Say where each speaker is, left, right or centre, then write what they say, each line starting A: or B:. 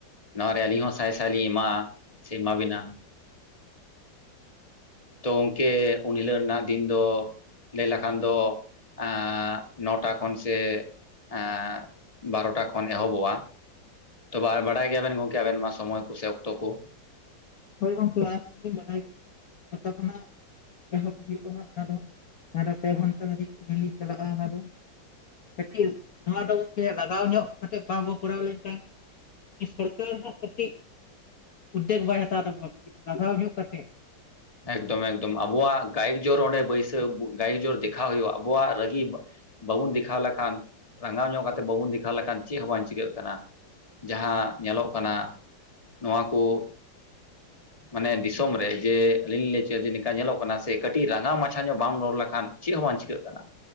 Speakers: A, on the left (about 20°); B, on the left (about 55°).
A: ᱱᱚᱣᱟ ᱨᱮ ᱟᱹᱞᱤᱧ ᱦᱚᱸ ᱥᱟᱭ ᱥᱟᱭ ᱞᱤᱧ ᱮᱢᱟᱜᱼᱟ ᱥᱮ ᱮᱢᱟᱵᱤᱱᱟ᱾ ᱛᱚ ᱜᱚᱢᱠᱮ ᱩᱱ ᱦᱤᱞᱳᱜ ᱨᱮᱱᱟᱜ ᱫᱤᱱ ᱫᱚ ᱞᱟᱹᱭ ᱞᱮᱠᱷᱟᱱ ᱫᱚ ᱮᱸ ᱱᱚᱴᱟ ᱠᱷᱚᱱ ᱥᱮ ᱮᱸ ᱵᱟᱨᱚᱴᱟ ᱠᱷᱚᱱ ᱮᱦᱚᱵᱚᱜᱼᱟ᱾ ᱛᱚ ᱵᱟᱲᱟᱭ ᱜᱮᱭᱟᱵᱮᱱ ᱜᱚᱢᱠᱮ ᱟᱵᱮᱱ ᱢᱟ ᱥᱚᱢᱚᱭ ᱠᱚ ᱥᱮ ᱚᱠᱛᱚ ᱠᱚ᱾
B: ᱦᱳᱭ ᱜᱚᱢᱠᱮ ᱚᱱᱟ ᱠᱚᱫᱚᱞᱤᱧ ᱵᱟᱰᱟᱭ ᱜᱮᱭᱟᱟ ᱦᱟᱸᱜ ᱚᱱᱟ ᱫᱚ ᱵᱟᱨᱳᱴᱟ ᱠᱷᱚᱱᱟᱜ ᱮᱦᱚᱵ ᱦᱩᱭᱩᱜᱼᱟ ᱦᱟᱸᱜ ᱚᱱᱟ ᱫᱚ᱾ ᱚᱱᱟ ᱫᱚ ᱯᱮ ᱜᱷᱚᱱᱴᱟ ᱫᱷᱟᱹᱵᱤᱡ ᱨᱮᱞᱤ ᱪᱟᱞᱟᱜᱼᱟ ᱚᱱᱟ ᱫᱚ᱾ ᱠᱟᱹᱴᱤᱡ ᱱᱚᱣᱟ ᱫᱚ ᱜᱚᱢᱠᱮ ᱞᱟᱜᱟᱣ ᱧᱚᱜ ᱠᱟᱛᱮ ᱵᱟᱵᱚ ᱠᱚᱨᱟᱣ ᱞᱮᱠᱷᱟᱱ, ᱩᱱᱤ ᱥᱚᱨᱠᱟᱨ ᱦᱚᱸ ᱠᱟᱹᱴᱤᱡ ᱩᱫᱽᱫᱮᱜ ᱵᱟᱭ ᱦᱟᱛᱟᱣ ᱛᱟᱵᱚᱱᱟ ᱞᱟᱜᱟᱣ ᱧᱚᱜ ᱠᱟᱛᱮᱫ᱾
A: ᱮᱠᱫᱚᱢ ᱮᱠᱫᱚᱢ ᱟᱵᱚᱣᱟᱜ ᱜᱟᱭᱤ ᱡᱳᱨ ᱚᱸᱰᱮ ᱵᱟᱹᱭᱥᱟᱹ ᱜᱟᱭᱤᱠ ᱡᱳᱨ ᱫᱮᱠᱷᱟᱣ ᱦᱳᱭᱳᱜᱼᱟ ᱟᱵᱚᱣᱟᱜ ᱨᱟᱹᱜᱤ ᱵᱟᱵᱚᱱ ᱫᱮᱠᱷᱟᱣ ᱞᱮᱠᱷᱟᱱ᱾ ᱨᱟᱸᱜᱟᱣ ᱧᱚᱜ ᱠᱟᱛᱮ ᱵᱟᱵᱚᱱ ᱫᱮᱠᱷᱟᱣ ᱞᱮᱠᱷᱟᱱ ᱪᱮᱫ ᱦᱚᱸ ᱵᱟᱝ ᱪᱤᱠᱟᱹᱜ ᱠᱟᱱᱟ? ᱡᱟᱦᱟᱸ ᱧᱮᱞᱚᱜ ᱠᱟᱱᱟ ᱱᱚᱣᱟ ᱠᱚ ᱢᱟᱱᱮ ᱫᱤᱥᱚᱢ ᱨᱮ ᱡᱮ ᱟᱹᱞᱤᱧ ᱞᱤᱧ ᱞᱟᱹᱭ ᱠᱮᱭᱟ ᱡᱮ ᱱᱤᱝᱠᱟ ᱧᱮᱞᱚᱜ ᱠᱟᱱᱟ ᱥᱮ ᱠᱟᱹᱴᱤᱡ ᱨᱟᱸᱜᱟ ᱢᱟᱪᱷᱟ ᱧᱚᱜ ᱵᱟᱢ ᱨᱚᱲ ᱞᱮᱠᱷᱟᱱ ᱪᱮᱫ ᱦᱚᱸ ᱵᱟᱝ ᱪᱤᱠᱟᱹᱜ ᱠᱟᱱᱟ᱾